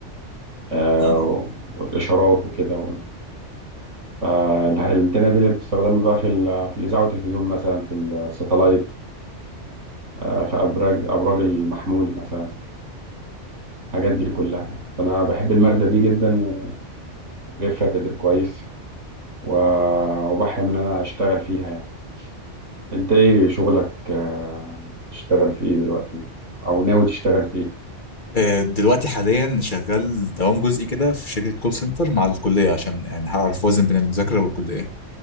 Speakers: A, on the right; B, on the left.
A: آه
B: نعم.
A: والاشارات وكده وال... آه الانتنه دي اللي بتستخدم بقى في ال... في الاذاعه والتلفزيون مثلا في الساتلايت آه، في أبراج أبراج المحمول مثلا الحاجات دي كلها يعني. فأنا بحب المادة دي جدا و- وجايب فيها تقدير كويس و- وبحلم إن أنا أشتغل فيها يعني أنت إيه شغلك آه، يعني تشتغل في إيه دلوقتي أو ناوي تشتغل في إيه؟
B: آه، دلوقتي حاليا شغال دوام جزئي كده في شركة كول سنتر مع الكلية عشان يعني هعرف اوازن بين المذاكرة والكلية